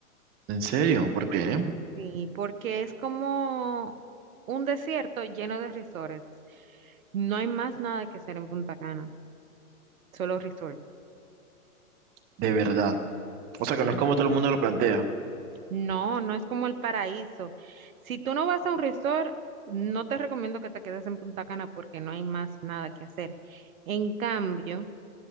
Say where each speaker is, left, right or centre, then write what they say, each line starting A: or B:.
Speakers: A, on the right; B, on the right.
A: ¿En serio? ¿Por qué?
B: Sí, porque es como un desierto lleno de resorts. No hay más nada que hacer en Punta Cana, solo resort.
A: De verdad.
B: Sí,
A: O sea, que no es como todo el mundo lo plantea.
B: no, no es como el paraíso. Si tú no vas a un resort, no te recomiendo que te quedes en Punta Cana porque no hay más nada que hacer. En cambio,